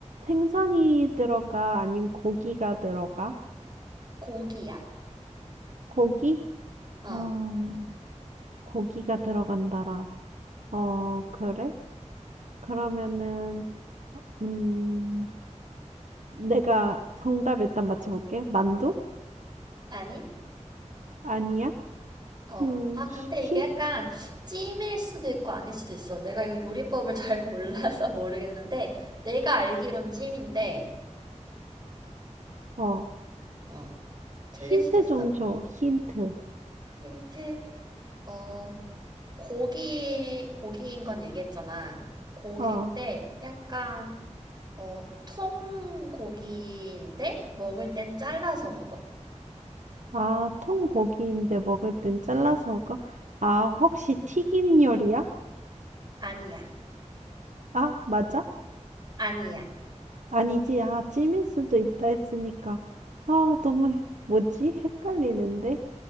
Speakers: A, on the right (about 80°); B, on the right (about 35°).
A: 생선이 들어가? 아님 고기가 들어가?
B: 고기야.
A: 고기?
B: 어,
A: 어, 고기가 들어간다라. 어, 그래? 그러면은, 음, 내가 정답 일단 맞춰볼게. 만두?
B: 아니?
A: 아니야?
B: 어,
A: 음,
B: 아, 근데
A: 힌,
B: 이게 약간 찜일 수도 있고 아닐 수도 있어. 내가 이거 요리법을 <laughs> 잘 몰라서 모르겠는데, 내가 알기론 찜인데,
A: 어,
B: 어, 틀릴
A: 힌트
B: 수도 있어.
A: 좀 줘. 힌트.
B: 힌트, 어, 고기, 고기인 건 얘기했잖아. 고기인데,
A: 어,
B: 약간, 어, 통고기인데, 먹을 땐 잘라서 먹어.
A: 아, 통고기인데 먹을 땐 잘라서 먹어? 아, 혹시 튀김 요리야?
B: 아니야,
A: 아, 맞아?
B: 아니야.
A: 아니지. 아, 찜일 수도 있다 했으니까. 아, 너무, 헷- 뭐지? 헷갈리는데?